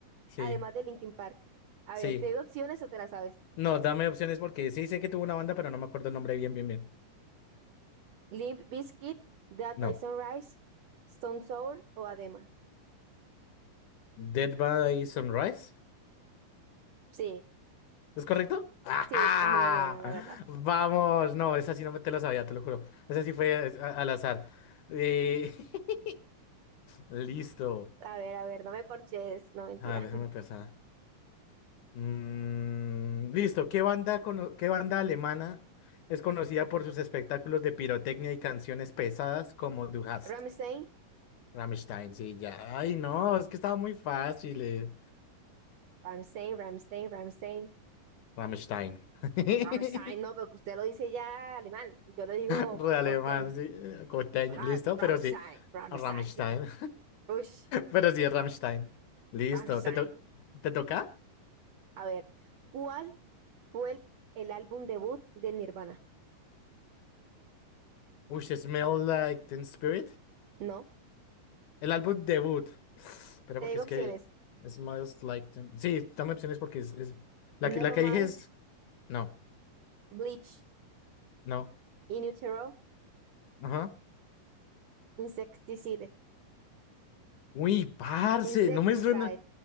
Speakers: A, on the left; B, on the right.
A: Sí,
B: Además de Linkin Park. A
A: sí.
B: ver, te digo opciones o te las sabes.
A: No, dame opciones porque sí sé que tuvo una banda, pero no me acuerdo el nombre bien, bien, bien.
B: Limp Bizkit, Dead
A: No.
B: by Sunrise, Stone Sour o Adema.
A: Dead by Sunrise.
B: Sí,
A: ¿Es correcto? ¡Ajá!
B: sí, tú eres muy de buena, la verdad.
A: Vamos, no, esa sí no me te la sabía, te lo juro. Esa sí fue eh, a- al azar. Eh, <laughs> listo.
B: A ver, a ver, no me corches, no mentira.
A: A déjame
B: <laughs>
A: pensar. Mm, listo. ¿Qué banda, cono- qué banda alemana es conocida por sus espectáculos de pirotecnia y canciones pesadas como Du hast?
B: Ramstein,
A: Rammstein, sí, ya. Ay, no, es que estaba muy fácil. eh.
B: Ramstein, Ramstein, Ramstein.
A: Rammstein. <laughs>
B: Ramstein, no, porque usted lo dice ya alemán. Yo lo digo
A: Re alemán,
B: costeño.
A: sí. eh, Coteño,
B: Ah,
A: listo,
B: Ramstein,
A: pero sí.
B: Ramstein.
A: Rammstein.
B: <laughs> Ush,
A: Pero sí, es Rammstein. Listo.
B: Ramstein.
A: ¿Te, to- te toca?
B: A ver, ¿cuál fue el, el álbum debut de Nirvana?
A: Uy, Smell Like Teen Spirit.
B: No,
A: El álbum debut. Espera,
B: te
A: porque
B: digo
A: es
B: opciones.
A: que Smells Like Teen... Sí, dame opciones porque es, es- La
B: Nevermind,
A: que, la que dije es... No,
B: Bleach,
A: no.
B: In Utero,
A: Ajá.
B: Insecticide.
A: Uy, parce,
B: Insecticide.
A: no me suena...